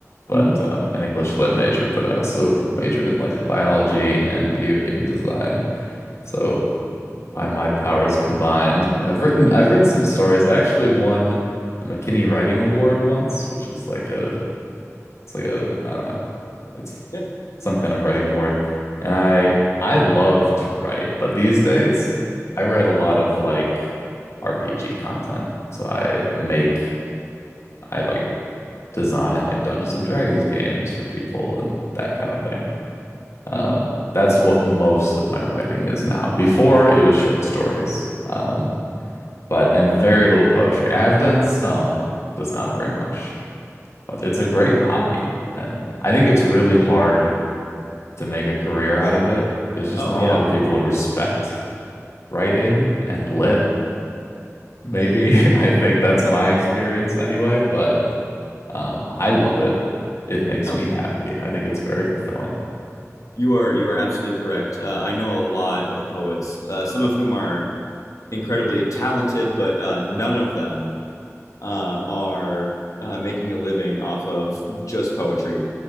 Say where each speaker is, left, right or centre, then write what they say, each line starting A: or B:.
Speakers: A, on the left; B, on the left.
A: but
B: hmm
A: um, an English lit major, but I also majored in like biology and video game design. So by my powers combined. I've written I've written some stories. I actually won a McKinney Writing Award once, which is like a it's like a I don't know. It's
B: Yeah.
A: some kind of writing award. And I I love to write, but these days I write a lot of like RPG content. So I make I like design like Dungeons and Dragons games for people and that kind of thing. Um,
B: hmm
A: that's what most of my writing is now. Before it was short stories. Um, but and very little poetry. I have done some, just not very much. But it's
B: Yeah.
A: a great hobby, and I think it's really hard to make a career out of it. There's just
B: Oh,
A: not
B: yeah.
A: a lot of people who respect writing and lit. Maybe <laughs> I think that's
B: Uh,
A: my experience anyway, but um, I love it. It makes
B: Oh,
A: me happy. I think it's very fulfilling.
B: you are you are absolutely correct. Uh, I know a lot of poets, uh, some of whom are incredibly talented, but uh, none of them uh, are uh, making a living off of just poetry.